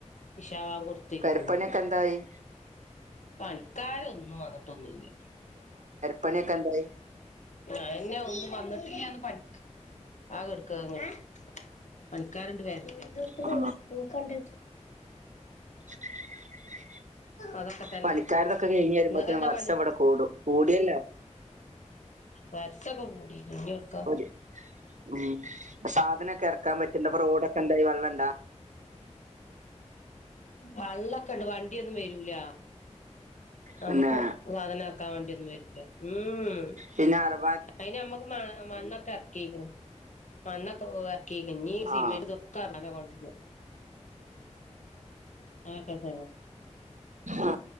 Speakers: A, on the left; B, on the right.
A: ഇഷാ വാ <unintelligible> തിന്നു
B: പെരപ്പണിയൊക്കെ എന്തായി
A: പണിക്കാരൊന്നും വന്നിട്ടൊന്നുല്ല്യ
B: പണിയൊക്കെന്തായി
A: അയന്നെ ഒന്നും വന്നിട്ടില്ല്യന്ന് പണി അ <unintelligible> കൊടുക്കങ്ങട്ട് പണിക്കാര്ണ്ട് വരണ്ടെ
B: ആ <inaudible>
A: അതൊക്കെ തന്നെ
B: പണിക്കാരതൊക്കെ കഴിഞ്ഞ്
A: ഉം
B: വരുമ്പോഴത്തേനും
A: ഇങ്ങക്ക് എന്താ
B: വർഷം
A: പണി
B: ഇവിടെ കൂടും കൂടിയല്ലോ
A: വര്സൊക്കെ കൂടിക്കണ് ഞ്ഞിഒട്ക്കാ
B: ഒരു ഉം പ്പ സാധനൊക്കെ എറക്കാൻ പറ്റ്ണ്ടാ അപ്പൊ റോഡൊക്കെ ന്തായി വെള്ള്ണ്ടാ
A: വള്ളക്കെണ്ട് വണ്ടിയൊന്നും വരൂല നമുക്കൊ
B: പിന്നെ
A: സാധനം എറക്കാൻ വണ്ടിയൊന്നും വരൂല്ല ഉം
B: പിന്നാരോ
A: അയിന് മ്മക്ക് മ മണ്ണൊക്കെ എറക്കീക്ക്ണ് മണ്ണൊക്കെ ഇറക്കിക്ക്ണ് ഇഞ്ഞി സിമെന്റ്
B: ആ <unintelligible>
A: ഇതൊക്കെ ഇറക്കാനാ കൊണ്ടരാ അതൊക്കെ തന്നെ
B: ആ